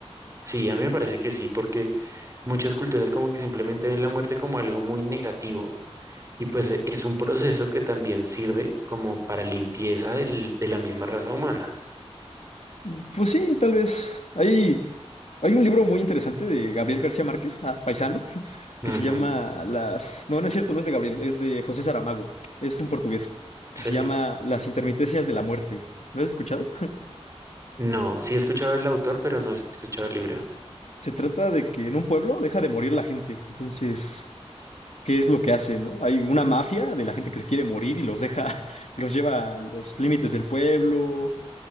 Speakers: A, on the right (about 30°); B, on the left (about 85°).
A: Sí, a mí me parece que sí, porque muchas culturas como que simplemente ven la muerte como algo muy negativo. Y pues e- es un proceso que también sirve como para limpieza del- de la misma raza humana.
B: Mm, Pues sí, tal vez. Hay, hay un libro muy interesante de Gabriel García Márquez, ah, paisano, <laughs>
A: Ujú,
B: que se llama Las... No, no es cierto, no es de Gabriel, es de José Saramago, es un portugués,
A: Sí.
B: que se llama Las intermitencias de la muerte. ¿Lo has escuchado?
A: No, sí he escuchado el autor, pero no he escuchado el libro.
B: Se trata de que en un pueblo deja de morir la gente. Entonces, ¿qué es lo que hace, no? Hay una mafia de la gente que se quiere morir y los deja, <laughs> los lleva a los límites del pueblo,